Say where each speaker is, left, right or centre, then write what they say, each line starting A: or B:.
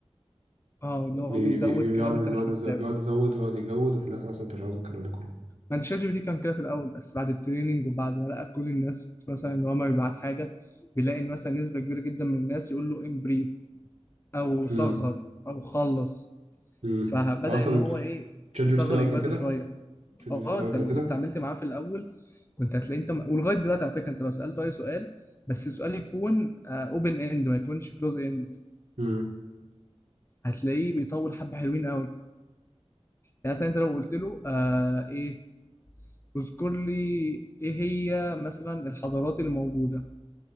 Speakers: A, on the left (about 25°); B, on the right (about 85°).
A: اه اللي
B: بي...
A: هو بيزود
B: بي... بي-
A: كلام
B: بيقعد بيقعد
A: انت مش
B: يز-
A: محتاجه
B: بيقعد يزود ويقعد يجود وفي الاخر اصلا انت مش عاوز الكلام ده كله
A: ما انت شات جي بي تي كان كده في الاول بس بعد التريننج وبعد ما لقى كل الناس مثلا ان هو ما بيبعت حاجه بيلاقي ان مثلا نسبه كبيره جدا من الناس يقول له امبريف او صغر
B: امم
A: او خلص
B: امم
A: فبدا
B: هو اصلا
A: ان هو ايه
B: تشات
A: يصغر
B: جي بي تي في الاول
A: اجاباته
B: كان كده
A: شويه
B: تشات
A: اه
B: جي بي تي في الاول
A: انت
B: كان
A: لو
B: كده
A: كنت عملت معاه في الاول كنت هتلاقي انت ولغايه دلوقتي على فكره انت لو سالته اي سؤال بس السؤال يكون اوبن اند ما يكونش كلوز اند
B: امم
A: هتلاقيه بيطول حبه حلوين قوي يعني مثلا انت لو قلت له آه ايه اذكر لي ايه هي مثلا الحضارات الموجوده